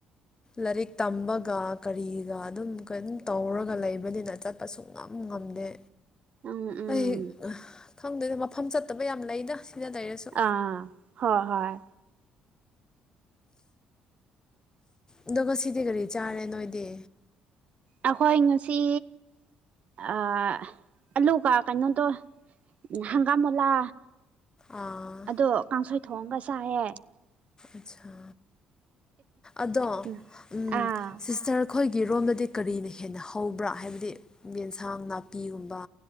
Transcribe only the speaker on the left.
ꯂꯥꯏꯔꯤꯛ ꯇꯝꯕꯒ ꯀꯔꯤꯒ ꯑꯗꯨꯝ ꯀꯩꯅꯣꯝ ꯇꯧꯔꯒ ꯂꯩꯕꯅꯤꯅ ꯆꯠꯄ ꯁꯨꯉꯝ ꯉꯝꯗꯦ
ꯑꯩ ꯑꯍ ꯈꯪꯗꯦꯗ ꯃꯐꯝ ꯆꯠꯇꯕ ꯌꯥꯝ ꯂꯩꯗ ꯁꯤꯗ ꯂꯩꯔꯁꯨ
ꯑꯗꯨꯒ ꯁꯤꯗꯤ ꯀꯔꯤ ꯆꯥꯔꯦ ꯅꯣꯏꯗꯤ
ꯑꯥ
ꯑꯠꯁꯥ ꯑꯗꯣ
ꯎꯝ
ꯁꯤꯁꯇꯔ ꯈꯣꯏꯒꯤꯔꯣꯝꯗꯗꯤ ꯀꯔꯤꯅ ꯍꯦꯟꯅ ꯍꯧꯕ꯭ꯔꯥ ꯍꯥꯏꯕꯗꯤ ꯌꯦꯟꯁꯥꯡ ꯅꯥꯄꯤꯒꯨꯝꯕ